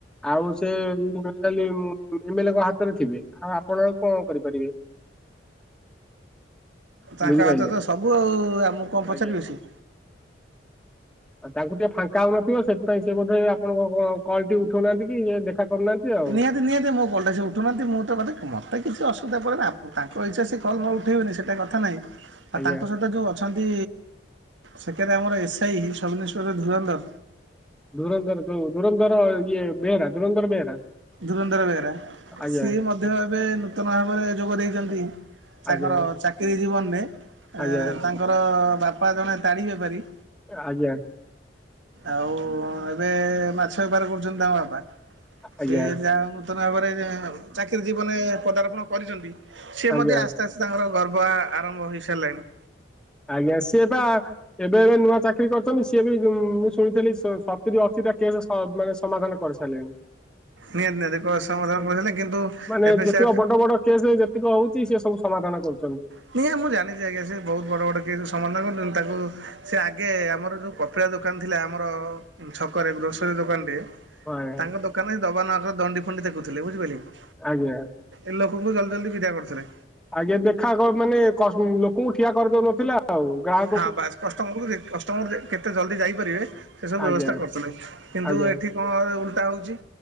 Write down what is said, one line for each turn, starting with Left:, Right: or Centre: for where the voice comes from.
Centre: ଆଉ ସେ <unintelligible> ଏମଲେଙ୍କ ହାତରେ ଥିବେ, ଆଉ ଆପଣ କଣ କରିପାରିବେ?
Right: ତାଙ୍କ
Centre: ବୁଝିପାରିଲେ
Right: ହାତରେ ତ ସବୁ ଆଉ, ଆମକୁ କଣ
Centre: ଆଜ୍ଞା।
Right: ପଚାରିବେ ସିଏ।
Centre: ଅ, ତାଙ୍କୁ ଟିକେ ଫାଙ୍କା ହଉନଥିବ, ସେଥିପାଇଁ ସେ ବୋଧ ଆପଣଙ୍କ କ-କଲ୍ ଟି ଉଠଉନାହାନ୍ତି କି ଦେଖା କରୁନାହାନ୍ତି ଆଉ
Right: ନିହାତି ନିହାତି, ମୋ କଲ୍ ଟା ସିଏ ଉଠଉନାହାନ୍ତି, ମୁଁ ତ ମତେ ମତେ କିଛି ଅସୁବିଧା ପଡିଲା, ତାଙ୍କ ଇଛା ସିଏ କଲ୍ ମୋର ଉଠେଇବେନି, ସେଟା କଥା ନାହିଁ। ଆଉ
Centre: ଆଜ୍ଞା
Right: ତାଙ୍କ ସହିତ ଯୋଉ ଅଛନ୍ତି, ସେକେରେ ଆମର ଏସ୍ଆଇ, ସବ୍ଇନ୍ସପେକ୍ଟର ଧୁରନ୍ଧର।
Centre: ଧୁରନ୍ଧର, ଯଉ ଧୁରନ୍ଧର, ଇଏ ବେହେରା ଧୁରନ୍ଧର ବେହେରା।
Right: ଧୁରନ୍ଧର ବେହେରା,
Centre: ଆଜ୍ଞା।
Right: ସିଏ ମଧ୍ୟ ଏବେ ନୂତନ ଭାବରେ ଯୋଗ ଦେଇଛନ୍ତି। ତାଙ୍କର
Centre: ଆଜ୍ଞା
Right: ଚାକିରୀ ଜୀବନରେ, ଏଁ ତାଙ୍କ
Centre: ଆଜ୍ଞା
Right: ତାଙ୍କର, ବାପା ଜଣେ ତାଡି ବେପାରୀ
Centre: ଆଜ୍ଞା।
Right: ଆଉ, ଏବେ ମାଛ ବେପାର କରୁଛନ୍ତି ତାଙ୍କ ବାପା।
Centre: ଆଜ୍ଞା
Right: ସିଏ ଯାହା ହଉ ନୂତନ ଭାବରେ ଚାକିରି ଜୀବନରେ ପଦାର୍ପଣ କରିଛନ୍ତି, ସିଏ
Centre: ଆଜ୍ଞା
Right: ମଧ୍ୟ ଆସି ଆସ୍ତେ ଆସ୍ତେ, ତାଙ୍କର ଗର୍ବ ଆ-ଆରମ୍ଭ ହୋଇସାରିଲାଣି।
Centre: ଆଜ୍ଞା, ସିଏ ପା ଏବେ ଏବେ ନୂଆ ଚାକିରି କରିଚନ୍ତି, ସିଏ ବି ମୁଁ ଶୁଣିଥିଲି, ସତୁରି ଅଶିଟା କେସ ହଁ, ମାନେ ସମାଧାନ କରିସାରିଲେଣି।
Right: ନିହାତି ନିହାତି।
Centre: ମୁଁ
Right: ସମାଧାନ
Centre: ସବ୍,
Right: କରିଥିଲେ କିନ୍ତୁ
Centre: ମାନେ
Right: ଏବେ
Centre: ଯେତିକ
Right: ସେ
Centre: ବଡ ବଡ କେସେ ଯେତିକି ହଉଛି, ସେ ସବୁ ସମାଧାନ କରୁଚନ୍ତି।
Right: ହୁଏ, ସିଏ ମୁଁ ଜାଣିଛି ଆଜ୍ଞା, ସେ ବହୁତ ବଡ଼ ବଡ଼ କେସ୍ ସମାଧାନ କରିଛନ୍ତି, ତାକୁ ସେ ଆଗେ ଆମର ଯୋଉ କପିଳା ଦୋକାନ ଥିଲା, ଆମର ଛକରେ ଗ୍ରୋସରୀ ଦୋକାନଟିଏ।
Centre: ହଁ
Right: ତାଙ୍କ ଦୋକାନରେ ଦବାନବା ଦଣ୍ଡି ଫଣ୍ଡି ଦେଖୁଥିଲେ, ବୁଝିପାରିଲେ କି?
Centre: ଆଜ୍ଞା।
Right: ଏ ଲୋକଙ୍କୁ ଜଲ୍ଦି ଜଲ୍ଦି ବିଦା କରୁଥିଲେ।
Centre: ଆଜ୍ଞା, ଦେଖା କ, ମାନେ କସ ଲୋକଙ୍କୁ ଠିଆ କରିଦଉନଥିଲା। ଆଉ ଗ୍ରାକ୍
Right: ହଁ ବାସ୍, କଷ୍ଟମରକୁ କଷ୍ଟମର କେତେ ଜଲ୍ଦି ଯାଇପାରିବେ, ସେସବୁ
Centre: ଆଜ୍ଞା
Right: ବ୍ୟବସ୍ଥା କରୁଥିଲେ। କିନ୍ତୁ
Centre: ଆଜ୍ଞା
Right: ଏଠି କଣ ଏବେ ଉଲଟା ହଉଛି,